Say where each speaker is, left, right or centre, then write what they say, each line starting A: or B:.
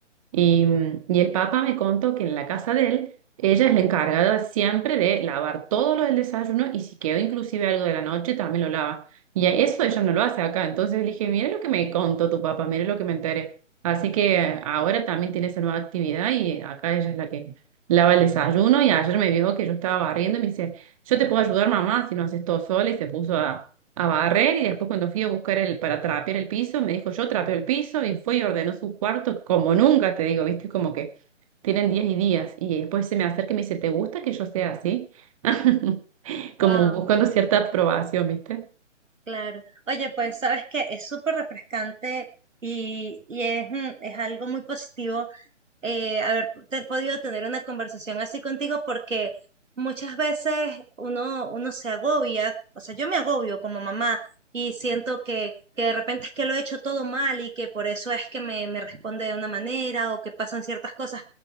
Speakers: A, on the right; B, on the right.
A: y, mm, y el papá me contó que en la casa de él, ella es la encargada siempre de lavar todo lo del desayuno y si quedó inclusive algo de la noche, también lo lava. Y a eso ella no lo hace acá. Entonces le dije, mire lo que me contó tu papá, mire lo que me enteré. Así que eh, ahora también tiene esa nueva actividad y acá ella es la que lava el desayuno y ayer me vio que yo estaba barriendo y me dice, yo te puedo ayudar mamá si no haces todo sola y se puso a a barrer y después cuando fui a buscar el, para trapear el piso, me dijo, yo trapeo el piso y fue y ordenó su cuarto como nunca, te digo, viste, como que tienen días y días. Y después se me acerca y me dice, ¿te gusta que yo sea así? <laughs>
B: Wow.
A: Como buscando cierta aprobación, viste.
B: Claro. Oye, pues sabes que es súper refrescante y, y es, mm, es algo muy positivo eh, haber te- podido tener una conversación así contigo porque muchas veces uno, uno se agobia, o sea, yo me agobio como mamá y siento que, que de repente es que lo he hecho todo mal y que por eso es que me, me responde de una manera o que pasan ciertas cosas.